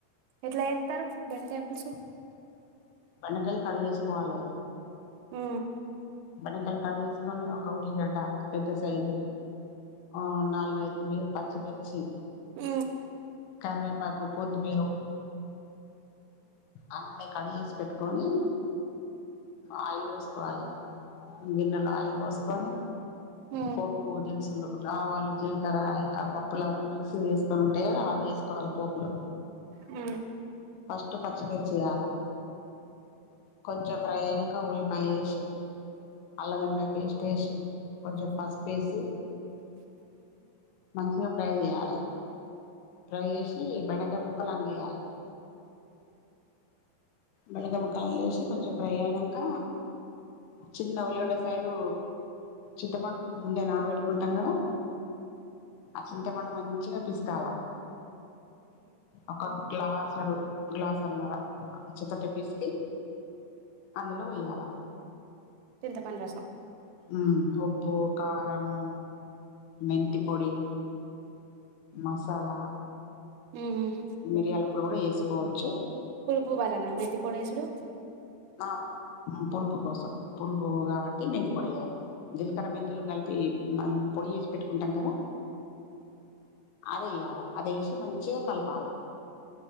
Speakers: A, on the right; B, on the left.
A: ఎట్లా చేత్తరు బెండకాయపుల్సు
B: బెండకాలు కడిగేసుకోవాలె
A: ఊ
B: బెండకాయలు కడిగేసుకొని ఒక ఉల్లిగడ్డ పెద్ద సైజు ఓ నాలుగైదు మీరు పచ్చిమిర్చి
A: ఊ
B: కరివేపాకు కొత్తిమీరు అన్నీ కడిగేసి పెట్టుకొని ఆయిల్ పోసుకోవాలే గిన్నెలో ఆయిల్ పోసుకొని
A: అ
B: పోప్ దినుసులు ఆవాలు జీలకర్ర ఇంకా పప్పులు అవన్నీ మిక్సీ తీసుకొని ఉంటాయి అవన్నీ వేసుకో పోపులో
A: ఉ
B: ఫస్ట్ పచ్చిమిర్చయాల కొంచెం ఫ్రై అయినాక ఉల్లిపాయ వేసి అల్లం వెల్లిపాయపేస్ట్ వేసి కొంచెం పసుపు వేసి మంచిగా ఫ్రై చేయాలె ఫ్రై చేసి బెండకాయ ముక్కలు అందులో వేయాలె మెల్లగా ముక్కలని వేసి కొంచెం ఫ్రై అయ్యాక చిన్న ఉల్లిగడ్డ సైజు చింతపండు ముందే నానబెట్టుకుంటాం కదా ఆ చింతపండు మంచిగా పిసుకాల ఒక గ్లాసడు గ్లాసడున్నారా వచ్చేతట్టు పీసికి అందులో పోయ్యాల
A: చింతపండు రసం
B: ఉ ఉప్పు కారము మెంతి పొడి మసాలా
A: ఉమ్ ఉం
B: మిరియాల పొడి కూడా వేసుకోవచ్చు.
A: పులుపువాలనా మెంతి పొడేసుడు
B: ఆ పులుపు కోసం పులుపు కాబట్టి మెంతి పొడేయాలి. జీలకర్ర మెంతులు కలిపి మనము పొడి చేసి పెట్టుకుంటాం కదా అదయ్యాలా అదేశి మంచిగా కలపాల